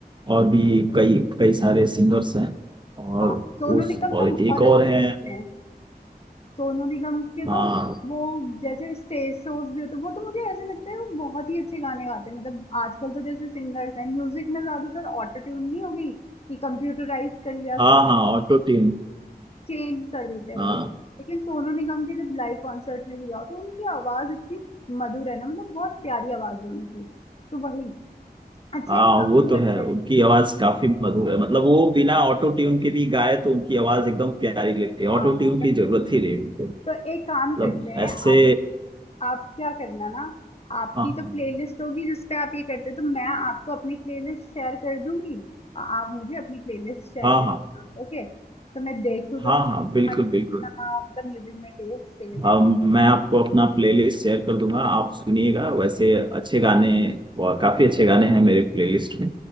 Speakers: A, on the right; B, on the left.
A: और भी कई कई सारे सिंगर्स हैं और
B: हाँ सोनू
A: उस
B: निगम
A: और
B: तो बहुत
A: एक और
B: अच्छे
A: है
B: हैं सोनू निगम के
A: हाँ
B: तो वो जैसे स्टेज शोज भी होते हैं, वो तो मुझे ऐसे लगता है वो बहुत ही अच्छे गाने गाते हैं मतलब आजकल तो जैसे सिंगर्स हैं म्यूजिक में ज्यादातर ऑटो ट्यून नहीं होगी कि कंप्यूटराइज कर लिया
A: हाँ हाँ ऑटो ट्यून
B: चेंज कर देते हैं
A: हाँ
B: वॉइस लेकिन सोनू निगम के जब लाइव कॉन्सर्ट में भी जाओ तो उनकी आवाज इतनी मधुर है ना मतलब बहुत प्यारी आवाज है उनकी तो वही अच्छा
A: हाँ
B: एक काम
A: वो
B: करते
A: तो है उनकी
B: हैं
A: आवाज काफी मधुर है मतलब वो बिना ऑटो ट्यून के भी गाए तो उनकी आवाज एकदम प्यारी लगती है ऑटो
B: हाँ
A: ट्यून
B: वही
A: की जरूरत ही नहीं उनको
B: तो एक काम
A: मतलब
B: करते हैं
A: ऐसे
B: आप एक आप क्या करना ना आपकी
A: हाँ
B: तो प्लेलिस्ट होगी जिस पे आप ये करते हो तो मैं आपको अपनी प्लेलिस्ट शेयर कर दूंगी और आप मुझे अपनी प्लेलिस्ट शेयर
A: हाँ
B: कर देना
A: हाँ
B: ओके तो मैं देखूँ
A: हाँ
B: तो सही
A: हाँ बिल्कुल बिल्कुल
B: इतना मतलब म्यूजिक में टेस्ट सेम है
A: अब मैं आपको अपना प्लेलिस्ट शेयर कर दूंगा आप सुनिएगा वैसे अच्छे गाने और काफी अच्छे गाने हैं मेरे प्लेलिस्ट में